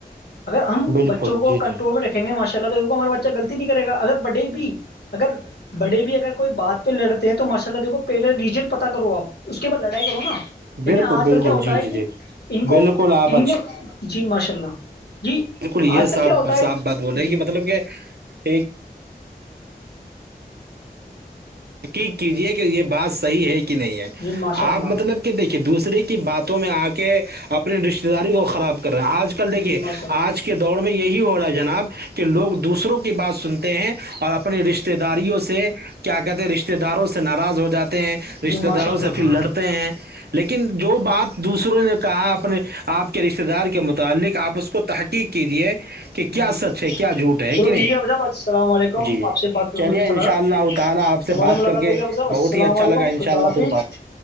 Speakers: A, on the left (about 85°); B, on the right (about 80°).
A: اگر ہم
B: بالکل
A: بچوں کو
B: جی
A: کنٹرول
B: جی
A: میں رکھے گے ماشاء اللہ تو دیکھ ہمارا بچہ غطی نہیں کرے گا اگر بڈے بھی اگر بڑے بھی اگر کوئی بات پہ لڑتے ہیں تو ماشاء اللہ دیکھو پہلے ریجن پتا کرو آپ اس کے بعد لڑائی کرو نا لیکن
B: بالکل
A: آج
B: بالکل
A: کل کیا ہوتا
B: جی
A: ہے
B: جی
A: کہ
B: جی
A: ان
B: بالکل
A: کو
B: آپ
A: ان
B: اچھی
A: نے جی ماشاء اللہ جی
B: بالکل یہ
A: آج کل
B: صاف
A: کیا ہوتا ہے
B: صاف بات بول رہے
A: جی
B: ہے کہ مطلب کہ ایک تحقیق کیجیے کہ یہ بات صحیح ہے کہ نہیں ہے
A: جی ماشاء
B: آپ
A: اللہ
B: مطلب دیکھیے دوسرے کی باتوں میں آ کے اپنی رشتے داری کو خراب کر کر رہے ہیں آج کل دیکھیے
A: جی ماشاء اللہ
B: آج کے دور میں یہی ہو رہا ہے جناب کہ لوگ دوسروں کی بات سنتے ہیں اور اپنے رشتے داریوں سے کیا کر رشتے داروں سے ناراض ہو جاتے ہیں
A: جی
B: رشتے
A: ماشاء
B: داروں
A: اللہ
B: سے پھر لڑتے ہیں لیکن جو بات دوسروں نے کہا اپنے آپ کے رشتے دار کے متعلق آپ اس کو تحقیق کیجیے کہ کیا
A: جی
B: سچ ہے کیا جھوٹ ہے
A: چلو
B: کہ نہیں
A: ٹھیک اب صاحب السلام علیکم
B: جی
A: آپ سے بات کر
B: چلیے
A: کے مجھے اچھا
B: انشاء
A: لگا
B: اللہ تعالی آپ سے
A: دوبارہ
B: بات
A: ملاقات
B: کر کے
A: ہوگی اب صاحب
B: بہت
A: السلام
B: ہی اچھا
A: علیکم
B: لگا انشاء
A: خدا
B: اللہ
A: حافظ
B: پھر بات ہے